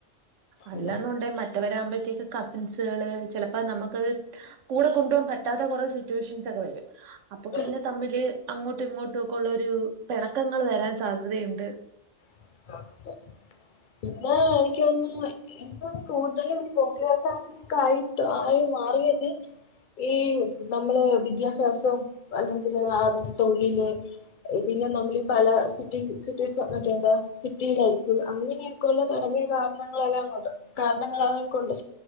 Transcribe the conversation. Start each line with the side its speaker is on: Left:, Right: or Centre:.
Right: അല്ലാന്നുണ്ടേ
Left: അതെ
Right: മ ഇത്ത വരാമ്പത്തേക്ക് കസിൻസുകള് ചെലപ്പത് നമ്മക്കത് കൂടെ കൊണ്ടുപോവാൻ പറ്റാത്ത കൊറെ സിറ്റുവേഷൻസക്കെ വരും അപ്പൊ
Left: വരും
Right: പിന്നെ തമ്മില് അങ്ങോട്ടും ഇങ്ങോട്ടും ഒക്കെ ഒള്ളോരു പെണക്കങ്ങൾ വരാൻ സാധ്യതയുണ്ട്
Left: <unintelligible> പിന്നെ എനിക്ക് തോന്നുന്നു എനിക്ക് തോന്ന കൂടുതലും ഈ ന്യൂക്ലിയർ ഫാമിലിക്കായിട്ട് ആയി മാറിയത് ഈ നമ്മള് വിദ്യാഭ്യാസം അല്ലെങ്കില് അങ്ങെനേ തൊഴില് പിന്നെ നമ്മൾ പല സിറ്റി സിറ്റീസ് മറ്റേന്താ സിറ്റി ലൈഫ് അങ്ങനെയെക്കെയുള്ള തടങ്ങിയ കാരണങ്ങളെല്ലാം കൊണ്ട് കാരണങ്ങളെല്ലാം കൊണ്ട്